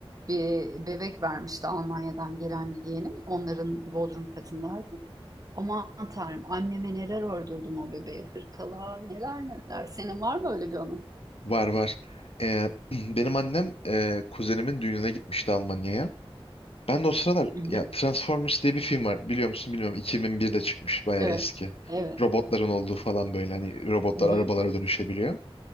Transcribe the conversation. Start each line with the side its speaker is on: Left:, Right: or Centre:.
Right: bir bebek vermişti Almanya'dan gelen yeğenim. Onların bodrum katındaydı. Aman tanrım anneme neler ördürdüm o bebeğe. Hırkalar neler neler. Senin var mı öyle bir onun?
Left: var var. Ee, <clears throat> benim annem e, kuzenimin düğününe gitmişti Almanya'ya. Ben de o sıralar
Right: Hı hı.
Left: ya Transformers diye bir film var. Biliyor musun bilmiyorum. 2001'de çıkmış bayağı
Right: Evet.
Left: eski.
Right: Evet.
Left: Robotların olduğu falan böyle hani robotlar
Right: Hı hı.
Left: arabalara dönüşebiliyor.